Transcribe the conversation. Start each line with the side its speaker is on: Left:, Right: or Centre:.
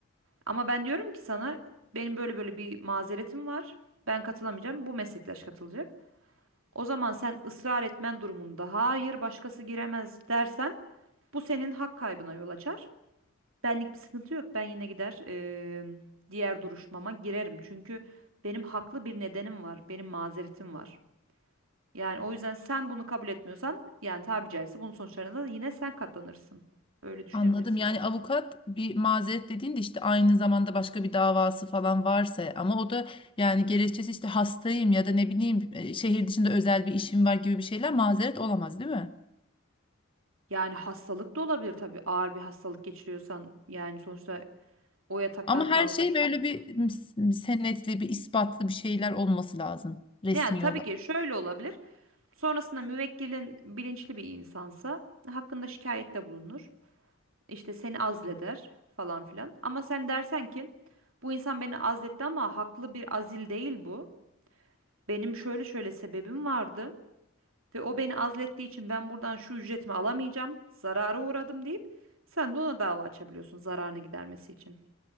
Right: Ama ben diyorum ki sana benim böyle böyle bir mazeretim var. Ben katılamayacağım. Bu meslektaş katılacak. O zaman sen ısrar etmen durumunda hayır başkası giremez dersen bu senin hak kaybına yol açar. Benlik bir sıkıntı yok. Ben yine gider eee, diğer duruşmama girerim. Çünkü benim haklı bir nedenim var. Benim mazeretim var. Yani o yüzden sen bunu kabul etmiyorsan yani tabiri caizse bunun sonuçlarına da yine sen katlanırsın. Öyle düşünebilirsin.
Left: Anladım. Yani avukat bir mazeret dediğinde işte aynı zamanda başka bir davası falan varsa ama o da yani gerekçesi işte hastayım ya da ne bileyim e, şehir dışında özel bir işim var gibi bir şeyler mazeret olamaz, değil mi?
Right: Yani hastalık da olabilir tabii. Ağır bir hastalık geçiriyorsan yani sonuçta o yataktan
Left: Ama her
Right: kalkıp.
Left: şey böyle bir, bir senetli, bir ispatlı bir şeyler olması lazım resmi
Right: Yani tabii
Left: olarak.
Right: ki şöyle olabilir. Sonrasında müvekkilin bilinçli bir insansa hakkında şikayette bulunur. İşte seni azleder falan filan. Ama sen dersen ki bu insan beni azletti ama haklı bir azil değil bu. Benim şöyle şöyle sebebim vardı ve o beni azlettiği için ben buradan şu ücretimi alamayacağım, zarara uğradım deyip sen de ona dava açabiliyorsun zararını gidermesi için.